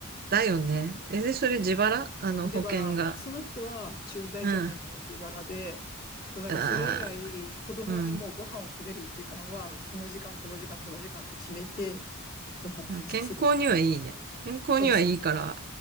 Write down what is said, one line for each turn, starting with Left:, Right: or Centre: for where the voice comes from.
Right: だよね。え、で、それ自腹あの、
Left: 自腹。
Right: 保険が。
Left: その人は駐在じゃないから自腹で、
Right: うん。
Left: そう、だからそれ以来、
Right: ああ、
Left: 子供にもうご飯を食べる時間は、
Right: うん。
Left: もうこの時間、この時間、この時間って決めて、ご飯を食べさせる。
Right: 健康にはいいね。健康にはいいから、
Left: そうそう。